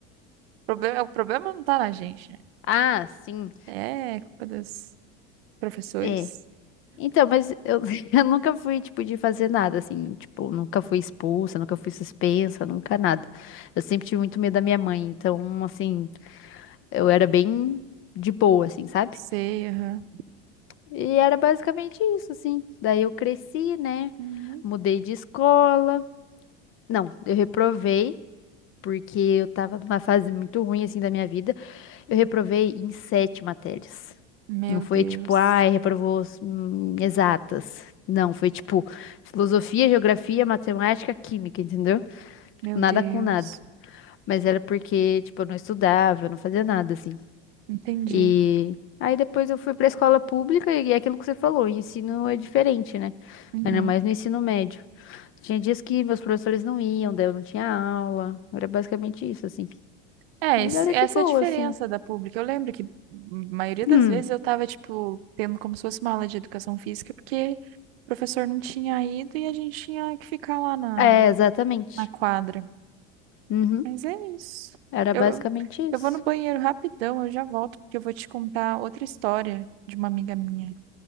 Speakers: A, on the right; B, on the left.
A: problema, o problema não tá na gente, né?
B: Ah, sim,
A: É, culpa dos Professores.
B: é. Então, mas eu, <laughs> eu nunca fui, tipo, de fazer nada, assim, tipo, nunca fui expulsa, nunca fui suspensa, nunca nada. Eu sempre tive muito medo da minha mãe, então, assim, eu era bem de boa, assim, sabe?
A: Sei, aham.
B: E era basicamente isso, assim. Daí eu cresci, né?
A: Uhum.
B: Mudei de escola. Não, eu reprovei, porque eu tava numa fase muito ruim, assim, da minha vida. Eu reprovei em sete matérias.
A: Meu
B: Não foi
A: Deus.
B: tipo, ai, reprovou hum, exatas. Não, foi tipo filosofia, geografia, matemática, química, entendeu?
A: Meu
B: Nada
A: Deus.
B: com nada. Mas era porque, tipo, eu não estudava, eu não fazia nada, assim.
A: Entendi.
B: E aí depois eu fui pra escola pública e é aquilo que você falou, o ensino é diferente, né?
A: Uhum.
B: Ainda mais no ensino médio. Tinha dias que meus professores não iam, daí eu não tinha aula. Era basicamente isso, assim.
A: É,
B: Mas
A: esse-
B: era
A: essa
B: de boa,
A: é a diferença
B: assim.
A: da pública. Eu lembro que hum, a maioria
B: Hum,
A: das vezes eu tava, tipo, tendo como se fosse uma aula de educação física, porque o professor não tinha ido e a gente tinha que ficar lá na,
B: é, exatamente.
A: na quadra.
B: Uhum.
A: Mas é isso.
B: Era
A: Eu,
B: basicamente
A: eu
B: isso.
A: eu vou no banheiro rapidão, eu já volto, porque eu vou te contar outra história de uma amiga minha,